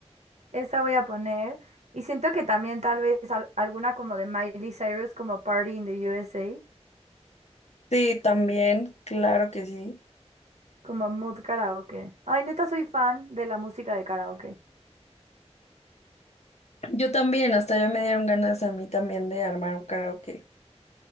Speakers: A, on the right (about 75°); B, on the left (about 70°).
A: Esa voy a poner. Y siento que también tal vez al- alguna como de Miley Cyrus, como Party in the USA,
B: Sí, también, claro que sí.
A: como Mood Karaoke. Ay, neta, soy fan de la música de karaoke.
B: Yo también, hasta ya me dieron ganas a mí también de armar un karaoke.